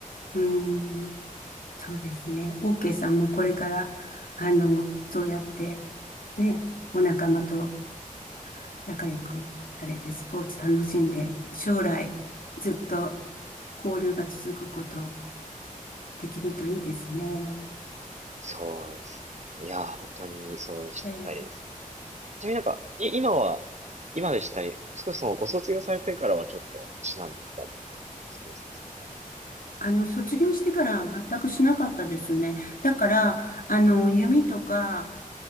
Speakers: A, on the left; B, on the right.
A: うん。そうですね。オーケーさんもこれから、あの、そうやって、ね、お仲間と仲良くされて、スポーツ楽しんで、将来、ずっと交流が続くことできるといいですね。
B: そうですね。いやー、本当にそうしたいですね。
A: ええ
B: ちなみになんか、い、今は、今でしたり、少しそのご卒業されてからはちょっと、しなんでみたり、スポーツです。
A: あの、卒業してからは全くしなかったですね。だから、あの、弓とか、